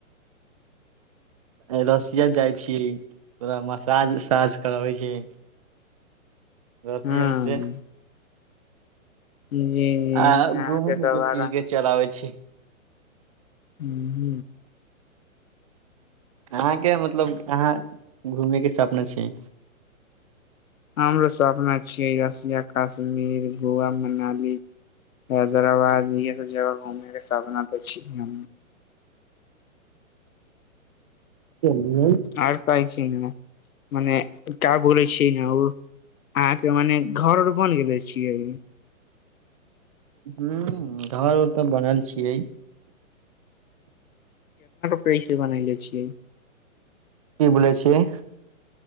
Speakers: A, on the left; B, on the right.
A: <unintelligible>
B: रशिया जाइ छै ओरा मसाज उसाज करबै छी
A: <unintelligible>
B: रशियन
A: हँ
B: से
A: जी जी
B: आ घूम
A: अहाँके तऽ
B: के फिर
A: बड़ा
B: के चल आबै छी
A: ह ह
B: अहाँ के मतलब अहाँ घुमै के सपना छै
A: हमरो सब अपना छिये रसिया कश्मीर गोवा मनाली हैदराबाद भी य सब जगह घूमने के सपना त छी हम
B: चलियै
A: आर पाइ छै न मने क बोलै छिय ने ओ अहाँ के मने घर आर बन गेले छियै
B: ह्म घर उर तऽ बनल छियै
A: फिर बनले छियै
B: की बोलै छियै